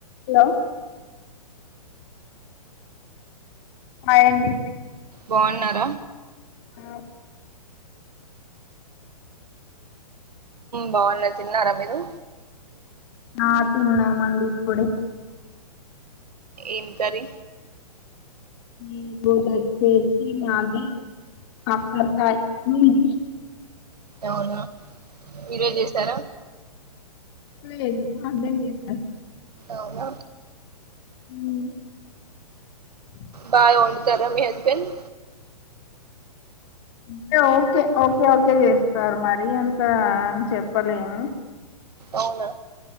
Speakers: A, on the left (about 45°); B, on the right (about 80°).
A: హలో హాయ్ అండి
B: బాగున్నారా
A: <inaudible>
B: బాగున్న తిన్నారా మీరు
A: ఆ తిన్నామండి ఇప్పుడే
B: ఎం కర్రీ
A: ఈరోజు వచేసి మాది కాకరకాయ్ మీది
B: అవునా మీరే చేసర
A: లేదు మా హస్బెండ్ చేసారు
B: అవునా
A: అ
B: బాగ వండుతార మీ హస్బెండ్
A: అంటే ఓకే ఓకే ఓకే చేస్తారు మాట మరి అంతా చెప్పలేము
B: అవునా